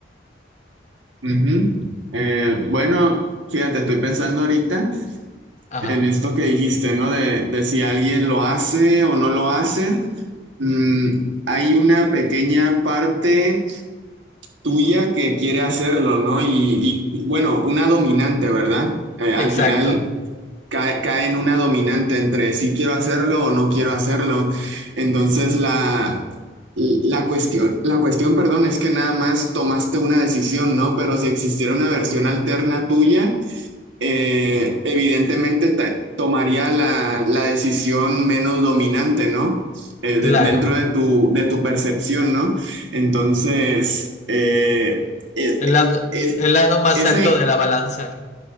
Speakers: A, on the right; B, on the left.
A: Ujú. Eh, bueno, fíjate, estoy pensando ahorita.
B: Ajá,
A: En esto que dijiste, ¿no? De, de si alguien lo hace o no lo hace, mm, hay una pequeña parte tuya que quiere hacerlo, ¿no? Y, y, bueno, una dominante, ¿verdad? Eh, al
B: exacto,
A: final cae, cae en una dominante entre si quiero hacerlo o no quiero hacerlo. Entonces la, la cuestión, la cuestión, perdón, es que nada más tomaste una decisión, ¿no? Pero si existiera una versión alterna tuya eh, evidentemente ta- tomaría la, la decisión menos dominante, ¿no? Eh, de-
B: claro,
A: dentro de tu, de tu percepción, ¿no? Entonces, eh, es-
B: el lado,
A: es-
B: el lado más
A: esa,
B: alto de la balanza.